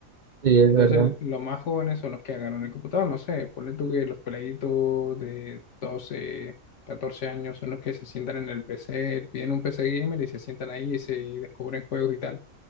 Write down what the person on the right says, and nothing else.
Sí, es
verdad,